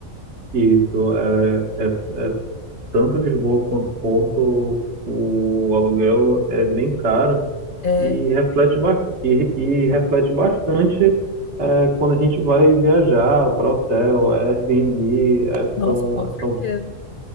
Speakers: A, on the right; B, on the left.
A: Isso, é, é tanto Lisboa quanto Porto, o aluguel é bem caro
B: É.
A: e reflete, ba- e, e reflete bastante é, quando a gente vai viajar para hotel, Airbnb, é,
B: Nossa,
A: são,
B: com certeza.
A: são